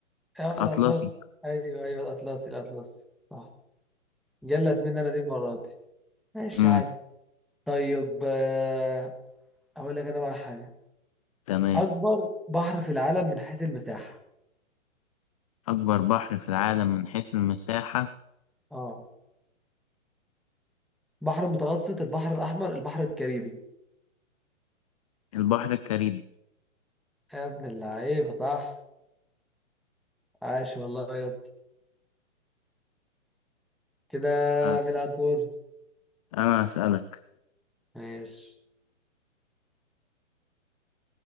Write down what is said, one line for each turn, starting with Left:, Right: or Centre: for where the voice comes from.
Centre: اه
Left: أطلسي،
Centre: الاطلس ايوه ايوه الاطلس الاطلس صح جلت مني انا دي المره دي ماشي
Left: امم
Centre: عادي طيب آه، اقول لك انا بقى حاجه
Left: تمام،
Centre: اكبر بحر في العالم من حيث المساحه
Left: أكبر بحر في العالم من حيث المساحة،
Centre: اه بحر المتوسط البحر الاحمر البحر الكاريبي
Left: البحر الكاريبي،
Centre: يا ابن اللعيبه صح عاش والله يا اسطى كده
Left: بس
Centre: مين على الدور
Left: أنا هسألك،
Centre: ماشي